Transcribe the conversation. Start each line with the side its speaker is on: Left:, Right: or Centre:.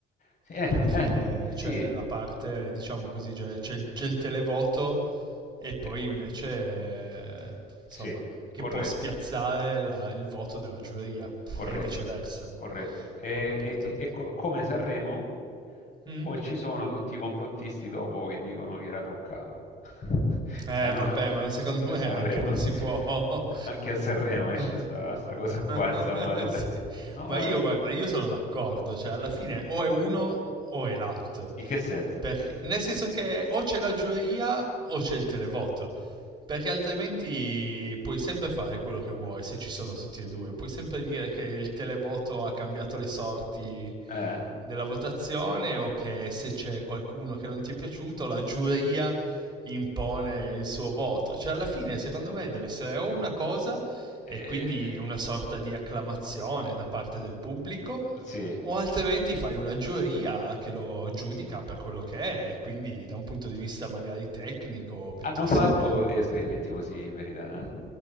Left: Sì, Eh,
Right: che alla
Left: eh,
Right: fine
Left: eh,
Right: c'è
Left: sì,
Right: la parte, diciamo così, c'è, c'è il, c'è il televoto e poi
Left: Eh,
Right: invece, eh, insomma,
Left: sì,
Right: che
Left: corretto.
Right: può spiazzare la- il voto della giuria
Left: Corretto,
Right: e viceversa.
Left: corretto. E,
Right: Ho capito.
Left: e- e- e co- come Sanremo,
Right: Mm,
Left: poi ci sono tutti i complottisti dopo che dicono che era truccato. <laughs>
Right: Eh,
Left: Sai, no,
Right: vabbè,
Left: anche,
Right: ma secondo
Left: anche a
Right: me
Left: Sanremo,
Right: anche non
Left: <laughs>
Right: si può. <laughs>
Left: anche a Sanremo esce
Right: <laughs>
Left: sta, sta cosa qua, insomma. del-
Right: Sì.
Left: No,
Right: Ma io,
Left: eh,
Right: guarda, io sono d'accordo, cioè alla fine o è uno o è l'altro.
Left: in che senso?
Right: Perché, nel senso che o c'è la giuria o c'è il televoto. Perché altrimenti puoi sempre fare quello che vuoi se ci sono tutti e due. Puoi sempre dire che il televoto ha cambiato le sorti
Left: Eh.
Right: della votazione o che se c'è qualcuno che non ti è piaciuto, la giuria impone il suo voto. Cioè, alla fine, secondo me, deve essere o una cosa
Left: Eh,
Right: e quindi una sorta di acclamazione da parte del pubblico,
Left: sì.
Right: o altrimenti fai una giuria che lo giudica per quello che è, e quindi da un punto di vista magari tecnico piuttosto
Left: Hanno fatto
Right: che...
Left: esperimenti così in verità, eh.